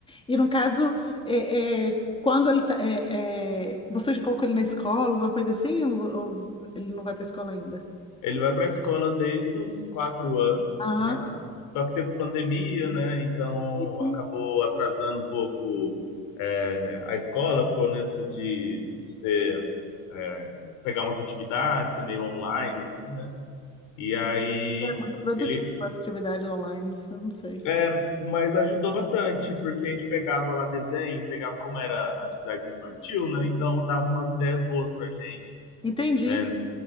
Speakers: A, on the left (about 15°); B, on the left (about 70°).
A: E no caso, é, é, quando ele tá, é, é, você já colocou ele na escola, alguma coisa assim, ou, ou ele não vai para escola ainda?
B: Ele vai para a escola desde os quatro anos,
A: Ah,
B: né? Só que teve pandemia, né? Então
A: sim.
B: acabou atrasando um pouco é, a escola, ficou nessa de ser, é, pegar umas atividades, ser meio online, assim, né? E aí
A: É muito produtivo
B: ele
A: a atividade online, isso eu não sei.
B: É, mas ajudou bastante, porque a gente pegava lá desenho, pegava como era atividade infantil, né? Então dava umas ideias boas pra gente,
A: Entendi.
B: né?